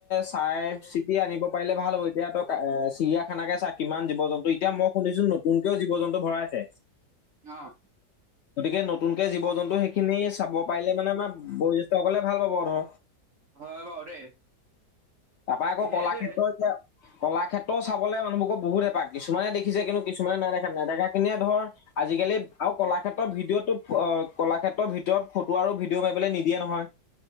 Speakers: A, on the left; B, on the right.
A: চাই চিটি আনিব পাৰিলে ভাল হ'ব। এতিয়া ত'এ চিৰিয়া সেনেকে চাগে কিমান জীৱ জন্তু, এতিয়া মই শুনিছো নতুনকেও জীৱ জন্তু ভৰাইছে,
B: অ',
A: গতিকে নতুনকে জীৱ জন্তু সেইখিনি চাব পাৰিলে মানে আমাৰ বয়োজ্যেষ্ঠসকলে ভাল পাব আৰু।
B: হয় বাৰু দেই
A: তাৰপৰা আকৌ
B: সেইটোৱে
A: কলাক্ষেত্ৰ এতিয়া, কলাক্ষেত্ৰ চাবলে <unintelligible> মোকক বহুতে পাক কিছুমান দেখিছে কিন্তু কিছুমানে নাইদে নেদেখা কিনিয়ে ধৰ আজিকালি, আৰু কলাক্ষেত্ৰৰ ভিডিঅ'টোত অ কলাক্ষেত্ৰৰ ভিতৰত ফটো আৰু ভিডিঅ' মাৰিবলৈ নিদিয়ে নহয়।